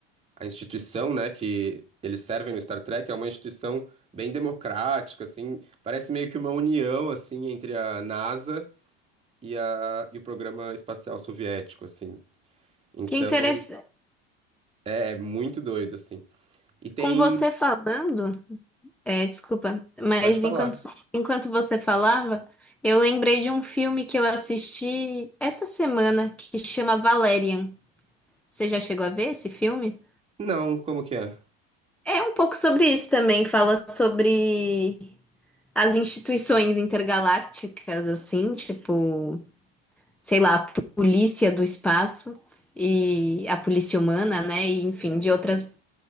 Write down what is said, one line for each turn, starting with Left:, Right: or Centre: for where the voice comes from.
Right: a instituição, né, que eles servem no Star Trek é uma instituição bem democrática, assim, parece meio que uma união, assim, entre a NASA e, a, e o programa espacial soviético, assim. Então,
Centre: Que interessante.
Right: é, é muito doido, assim. E tem...
Centre: Com você falando. É, desculpa, mas
Right: Pode falar.
Centre: enquanto, enquanto você falava, eu lembrei de um filme que eu assisti essa semana que chama Valerian. Você já chegou a ver esse filme?
Right: Não, como que é?
Centre: É um pouco sobre isso também, fala sobre as instituições intergalácticas, assim, tipo, sei lá, a polícia do espaço e a polícia humana, né? E enfim, de outras